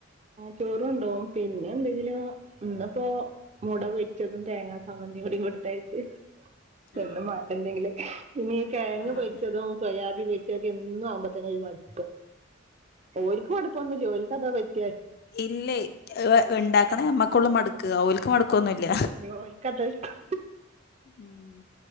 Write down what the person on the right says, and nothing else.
ചോറും കൊണ്ടോകും, പിന്നെ എന്തെങ്കിലും ഇന്നിപ്പോ മുട പൊടിച്ചതും തേങ്ങാ സമ്മന്തിയും കൂടി കൊടുത്തയച്ചു
എന്നും വാണ്ടേ എന്തോക്കിലൊ പിന്നീ കെഴങ്ങ്
പൊരിച്ചതും സൊയാബി പൊരിച്ചതൊക്കെ എന്നും ആവുമ്പോത്തന്നെ ഒരു മടുപ്പ്. ഓൽക്ക് മടുപ്പൊന്നുല്ല. ഓൽക്ക അതാ പറ്റ്
ഓൽക്കതാ ഇഷ്ടം